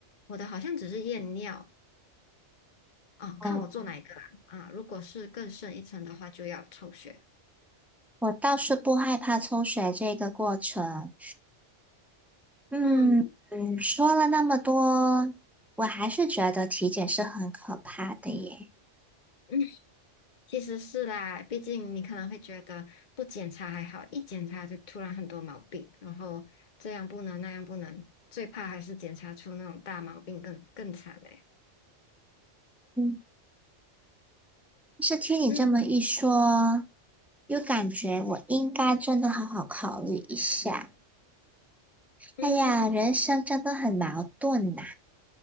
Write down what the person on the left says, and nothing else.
我的好像只是验尿哦，
看我做哪一个啦啊，如果是更深一层的话就要抽血。
嗯
嗯，<laughs> 其实是啦，毕竟你可能会觉得不检查还好，一检查就突然很多毛病，然后这样不能那样不能，最怕还是检查出那种大毛病更更惨嘞。
嗯
嗯。